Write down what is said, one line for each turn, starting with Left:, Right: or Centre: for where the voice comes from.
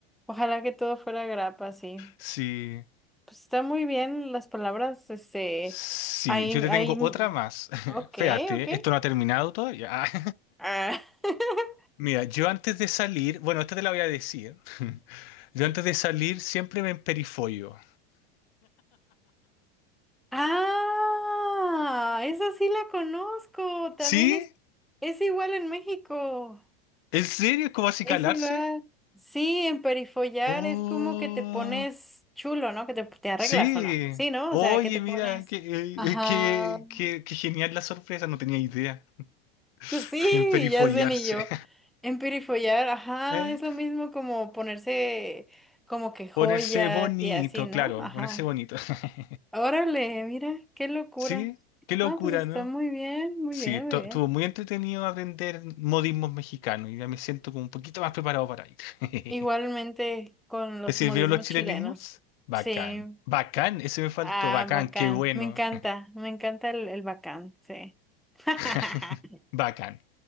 Centre: ojalá que todo fuera grapa, sí.
Left: Sí,
Centre: Pues está muy bien las palabras, este,
Left: sí,
Centre: ahí,
Left: yo te
Centre: ahí,
Left: tengo otra más. <laughs>
Centre: ok,
Left: Espérate,
Centre: ok.
Left: esto no ha terminado todavía. <laughs>
Centre: Ah, <laughs>
Left: Mira, yo antes de salir, bueno, esta te la voy a decir. <laughs> Yo antes de salir siempre me emperifollo.
Centre: Ah, esa sí la conozco,
Left: ¿Sí?
Centre: también es, es igual en México,
Left: ¿En serio? ¿Es como así
Centre: es
Left: calarse?
Centre: igual. Sí, en perifollar
Left: Oh.
Centre: es como que te pones chulo, ¿no? Que te, te arreglas
Left: Sí,
Centre: o no. Sí, ¿no?
Left: oye,
Centre: O sea, que te
Left: mira,
Centre: pones...
Left: que,
Centre: Ajá.
Left: eh, que, que, que genial la sorpresa, no tenía idea. <laughs>
Centre: Sí,
Left: Perifollarse,
Centre: ya sé, ni yo. Emperifollar, ajá,
Left: <laughs> ¿eh?
Centre: es lo mismo como ponerse como que joyas
Left: Ponerse bonito,
Centre: y así, ¿no?
Left: claro,
Centre: Ajá.
Left: ponerse bonito. <laughs>
Centre: Órale, mira, qué locura.
Left: Sí, qué locura,
Centre: Ah, pues está
Left: ¿no?
Centre: muy bien, muy
Left: Sí,
Centre: bien,
Left: tu-
Centre: muy
Left: estuvo
Centre: bien.
Left: muy entretenido aprender modismos mexicanos y ya me siento como un poquito más preparado para ir. <laughs>
Centre: Igualmente con los
Left: ¿Te sirvieron
Centre: modismos
Left: los chilenismos?
Centre: chilenos.
Left: Bacán,
Centre: Sí.
Left: bacán, ese me faltó,
Centre: Ah,
Left: bacán,
Centre: bacán.
Left: qué bueno.
Centre: Me encanta, me encanta el, el bacán, sí. <laughs>
Left: <laughs> Bacán.